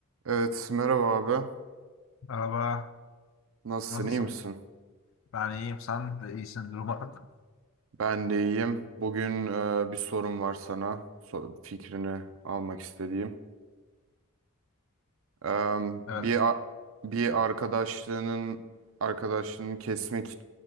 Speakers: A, on the right; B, on the left.
A: Evet, merhaba abi.
B: Merhaba,
A: Nasılsın,
B: nasılsın?
A: iyi misin?
B: Ben iyiyim, sen de iyisindir umarım.
A: Ben de iyiyim. Bugün e, bir sorum var sana. So- fikrini almak istediğim. Em,
B: Evet.
A: bir a- bir arkadaşlığının arkadaşlığını kesmek